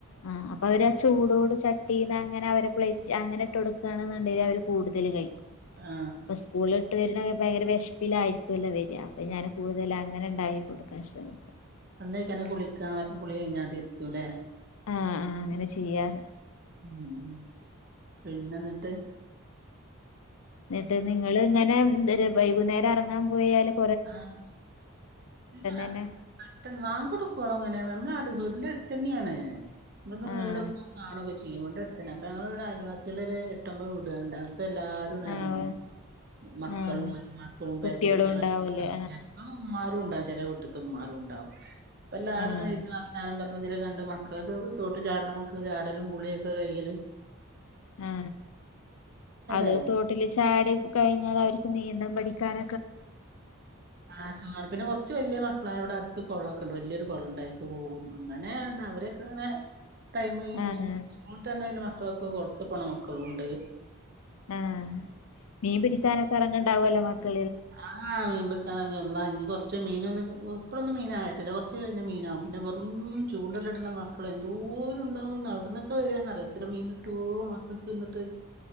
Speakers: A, on the left; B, on the right.
A: ആ അപ്പൊ അവര് ആ ചൂടോട് ചട്ടീന്ന് അങ്ങനെ അവരെ പ്ലേറ്റ് അങ്ങനെ ഇട്ട് കൊടുക്കാണന്നുണ്ടേല് അവര് കൂടുതല് കഴിക്കും
B: ആ
A: അപ്പൊ സ്കൂള് വിട്ടുവരണെ ഭയങ്കര വെശ് പ്പിലായിരികു ത്തു അല്ലെ വര്യാ അപ്പോ ഞാൻ കൂടുതല് അങ്ങനെ ഇണ്ടായി <unintelligible>
B: വന്നയിക്കണെ കുളിക്കാ കുളി കഴിഞ്ഞാണ്ടിരുത്തൂല്ലേ
A: ആഹ് ആഹ് അങ്ങനെ ചെയ്യാറ്
B: ഉം പിന്നെന്ന്ട്ട്
A: ന്ന്ട്ട് നിങ്ങളിങ്ങനെ ഉം <unintelligible> വൈകുന്നേരം എറങ്ങാൻ പോയാലും
B: ആഹ് ഇല്ല
A: തന്നെ
B: പെട്ടെന്ന് ബാങ്ക് കൊടുക്കുവോളം അങ്ങനെ വേ മ്മളാടു വീടിന്റെ അടുത്തന്നെയാണ് ഇവിടന്ന്
A: ആഹ്
B: വീടൊക്കെ കാണൊക്കെ ചെയ്യും. വീടിന്റെ അടുത്തന്നെ അപ്പ ഞങ്ങള് വ്ടെ അയൽവാസിയളൊര് എട്ടോമ്പത് വീട്കള്ണ്ടാവും ക്കല്ലാരൊന്നറങ്ങും
A: ആഹ്
B: മക്കളും
A: ആഹ്
B: മക്കളും പേരകുട്ട്യാളും
A: കുട്ടികളും ഉണ്ടാവൂലേ
B: ആഹ് ചെലപ്പൊ ഉമ്മാരു പ്പളുണ്ടാവും ചെലേ വീട്ടിത്തമ്മാരും ഉണ്ടാവും പ്പല്ലാരും
A: ആഹ്
B: ഇങ്ങനെ ഇരുന്ന് വർത്താനം പ <unintelligible> രണ്ട് മക്കള്തും തോട്ട്ചാട്ണ മക്കള് ചാടലും കുളിയൊക്കെ കയ്യലും
A: ആ അത്
B: ഇറങ്ങും
A: തോട്ടില് ചാടി കഴിഞ്ഞാൽ അവര്ക്ക് നീന്താന് പഠിക്കാന
B: ആ സുഖാണ് പിന്നെ കൊറച്ച് വല്ല്യാ മക്കളായവ്ടെ അ ത്ത് കൊളക്കണ്ട് വല്ല്യൊരു കൊളണ്ടയിക്ക് പോകും അങ്ങനെ ണ്ട് അവരൊക്കെ അങ്ങനെ ടൈമയ്യുഞ്ഞും
A: ആഹ്
B: സ്കൂള്ട്ടന്നാ പിന്നെ മ ക്കളൊക്കെ കൊളത്ത് പോണ മക്കളുണ്ട്
A: ആ മീൻ പിടിക്കാനൊക്കെ എറങ്ങേണ്ടാവല്ലോ ങ്ങക്ക്
B: ആ മീൻ പി <unintelligible> കൊറ്ച്ച് മീനൊന്ന് പോകൊ പ്പളൊന്നും മീനായിട്ടില്ല കൊറച്ച് കഴിഞ്ഞ മീനാവും. പിന്നെ വെറും ചൂണ്ടല്ട്ണ മക്കളെന്തോരം ഉണ്ടാവുംന്ന എവിടന്നൊക്കെ വരൂന്നറിയൊ എത്ര മീൻ കിട്ടുവോ മക്കള്ക്ക്ന്ന്ട്ട്